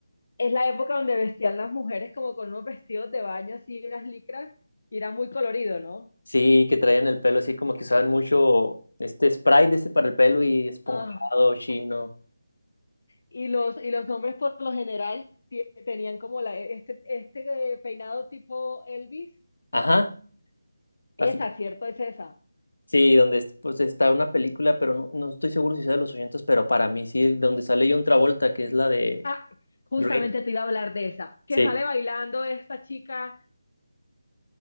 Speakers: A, on the left; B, on the left.
A: es la época donde vestían las mujeres como con unos vestidos de baño así, unas licras, y era muy colorido, ¿no?
B: sí, que traían el pelo así como que usaban mucho este spray de ese para el pelo y esponjado,
A: Ah.
B: chino.
A: Y los, y los hombres por lo general tie- tenían como la, este, este eh, peinado tipo Elvis.
B: Ajá,
A: Esa,
B: así.
A: ¿cierto? Es esa.
B: Sí, donde es- pues está una película, pero no, no estoy seguro si sea de los 80, pero para mí sí, donde sale John Travolta, que es la de
A: Ah, justamente
B: Grey.
A: te iba a hablar de esa, que
B: Sí,
A: sale bailando esta chica.